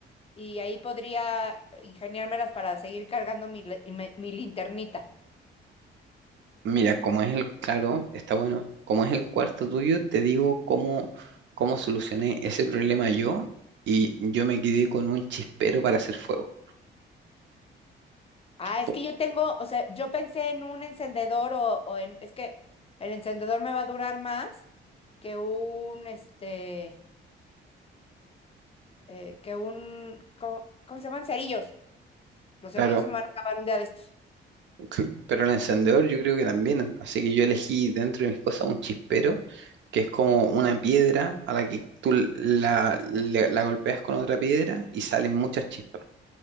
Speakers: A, on the left; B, on the right.
A: y ahí podría ingeniármelas para seguir cargando mi, le- me- mi linternita.
B: Mira, como es el, claro, está bueno. Como es el cuarto tuyo, te digo cómo, cómo solucioné ese problema yo y yo me quedé con un chispero para hacer fuego.
A: Ah, es
B: Po-
A: que yo tengo, o sea, yo pensé en un encendedor o, o en, es que el encendedor me va a durar más que un, este, eh, que un, ¿cómo, cómo se llaman? Cerillos. Los
B: Claro,
A: cerillos se me van a acabar un día de estos
B: cl- <laughs> pero el encendedor yo creo que también, así que yo elegí dentro de mis cosas un chispero, que es como una piedra a la que tú l- la, le- la golpeas con otra piedra y salen muchas chispas.